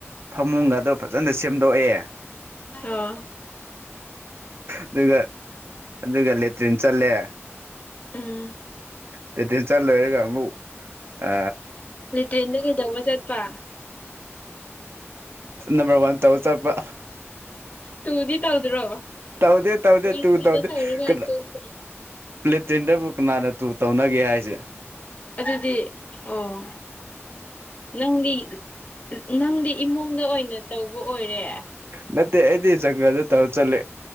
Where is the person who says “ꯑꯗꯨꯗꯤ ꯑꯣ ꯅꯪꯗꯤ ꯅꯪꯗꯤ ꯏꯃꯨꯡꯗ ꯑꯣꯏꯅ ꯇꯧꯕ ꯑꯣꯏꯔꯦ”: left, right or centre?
Left